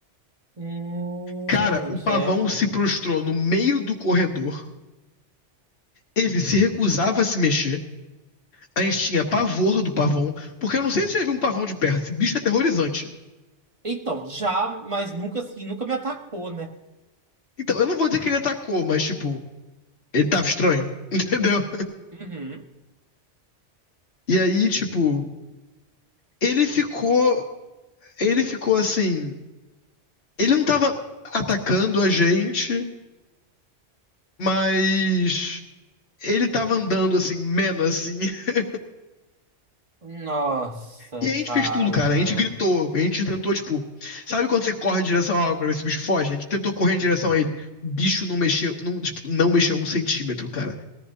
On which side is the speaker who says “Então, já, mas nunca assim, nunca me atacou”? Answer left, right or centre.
Right